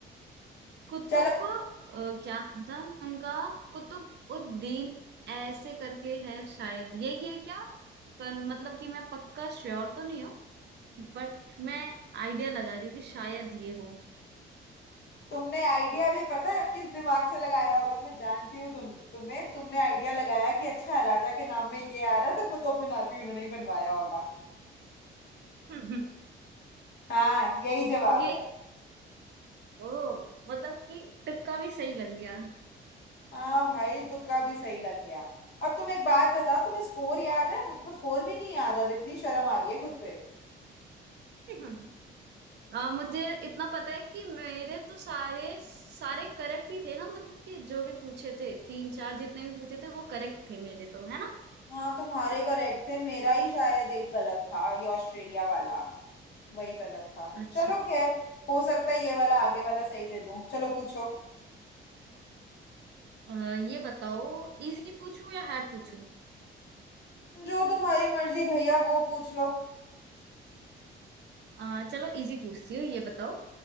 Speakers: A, on the right (about 60°); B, on the left (about 55°).
A: कुतुब
B: चलो
A: अ, क्या नाम था उनका कुतुब उद्दीन ऐसे करके है शायद यही है क्या कन, मतलब कि मैं पक्का श्योर तो नहीं हूँ बट मैं आइडिया लगा रही हूँ कि शायद ये हो
B: तुमने आइडिया भी पता है किस दिमाग से लगाया होगा मैं जानती हूँ तुम तुम्हें तुमने आइडिया लगाया कि अच्छा राजा के नाम में ये आ रहा है, तो कुतुब मीनार भी उन्होंने ही बनवाया होगा
A: <laughs>
B: हाँ यही जवाब
A: यही
B: है
A: ओ मतलब कि तुक्का भी सही लग गया
B: हाँ भाई तुक्का भी सही लग गया अब तुम एक बात बताओ तुम्हें स्कोर याद है मुझे तो स्कोर भी नहीं याद अब इतनी शर्म आ रही है खुद पे
A: <laughs> आ, मुझे इतना पता है कि मेरे तो सारे सारे करेक्ट ही थे ना मतलब कि जो भी पूछे थे तीन चार जितने भी पूछे थे वो करेक्ट थे मेरे तो है ना
B: हाँ तुम्हारे करेक्ट थे मेरा ही शायद एक गलत था ये ऑस्ट्रेलिया वाला वही गलत था
A: अच्छा
B: चलो खैर हो सकता है ये वाला आगे वाला सही दे दूं चलो पूछो
A: आ, ये बताओ इजी पूछूं या हार्ड पूछूं
B: जो तुम्हारी मर्जी भैया वो पूछ लो
A: आ, चलो इजी पूछती हूँ ये बताओ